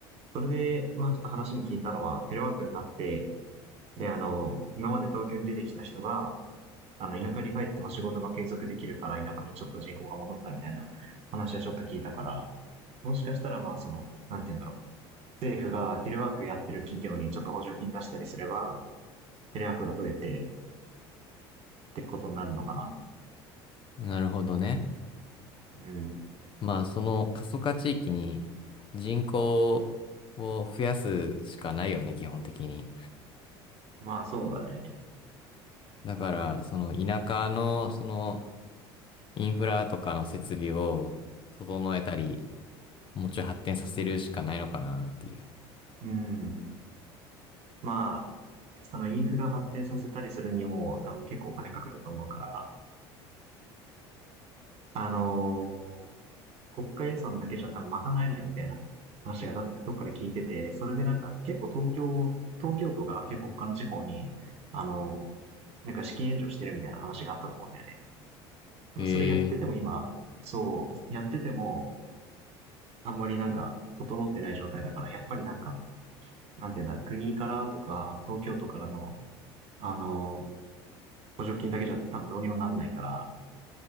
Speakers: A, on the right; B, on the left.
A: それで、まあちょっと話に聞いたのは、テレワークになって、で、あの、今まで東京に出てきた人が、あの、田舎に帰っても仕事が継続できるから、田舎にちょっと人口が戻ったみたいな話はちょっと聞いたから、もしかしたらまあその、なんて言うんだろう。政府がテレワークやってる企業にちょっと補助金出したりすれば、テレワークが増えてってことになるのかな。
B: なるほどね。
A: うん。
B: まあ、その過疎化地域に人口を増やすしかないよね、基本的に。
A: まあそうだね。
B: だから、その田舎の、その、インフラとかの設備を整えたり、もうちょい発展させるしかないのかなっていう。
A: うん。まあ、そのインフラ発展させたりするにも多分結構お金かかると思うから、あのー国家予算だけじゃ多分賄えないみたいな話がどっかで聞いてて、それでなんか結構東京、東京都が結構他の地方に、あのーなんか資金援助してるみたいな話があったと思うんだよね。
B: へえ、
A: それやってても今、そう、やっててもあんまりなんか整ってない状態だから、やっぱりなんかなんていうんだろう、国からとか、東京都からの、あの、補助金だけじゃ多分どうにもなんないから、